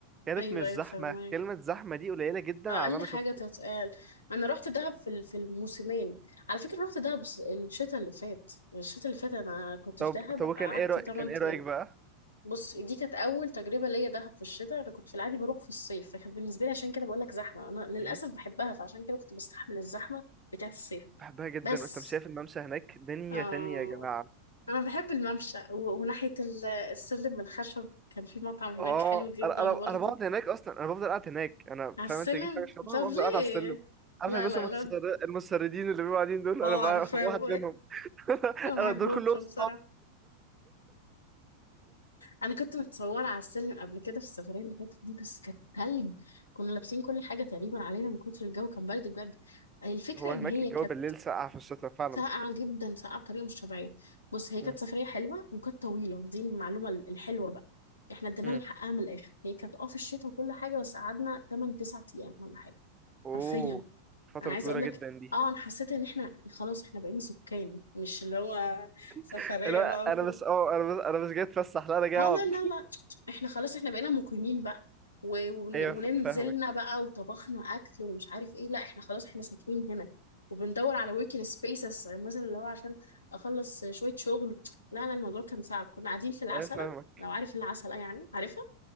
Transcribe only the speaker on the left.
ايوه
ايوه
فاهمك
اقل
حاجة
تتقال انا رحت دهب في ال- في الموسمين على فكرة رحت دهب الص- الشتاء اللي فات الشتاء اللي فات انا كنت
في دهب
قعدت
8
بص دي كانت اول تجربه ليا دهب في الشتاء انا كنت في العادي بروح في الصيف فكانت بالنسبه لي عشان كده بقول لك زحمه انا للاسف
بحبها فعشان كده كنت بستحمل الزحمه بتاعه الصيف
بس
آه
انا بحب الممشى و- وناحيه ال- السلم الخشب كان في مطعم هناك
حلو جدا
برضه
على
السلم
طب
ليه
لا
لا
لا
اه
عارفاه
<laughs> ما بحبهمش
بصراحه
انا كنت متصوره على السلم قبل كده في السفريه اللي فاتت دي بس كانت تلج كنا لابسين كل حاجه تقريبا علينا من كتر الجو كان برد بجد الفكره
ان
هي
كانت
ساقعه جدا ساقعه بطريقه مش طبيعيه بص هي كانت
سفريه حلوه وكانت طويله دي المعلومه ال- الحلوه بقى احنا ادينا
لها حقها من الاخر هي كانت اه في الشتاء وكل حاجه بس قعدنا 8 9 ايام ولا حاجه
حرفيا
انا عايزه
اقول لك
اه انا حسيت ان احنا خلاص احنا بقينا سكان مش اللي هو سفرية
بقى وكده
اه
لا لا لا احنا خلاص احنا بقينا مقيمين بقى و-
ون-
وننزلنا
بقى وطبخنا اكل ومش عارف ايه لا احنا خلاص احنا ساكنين هنا وبندور على وركينج سبيسز مثلا اللي هو عشان اخلص شويه شغل لا لا الموضوع كان صعب كنا قاعدين في العسله
لو عارف العسله يعني عارفها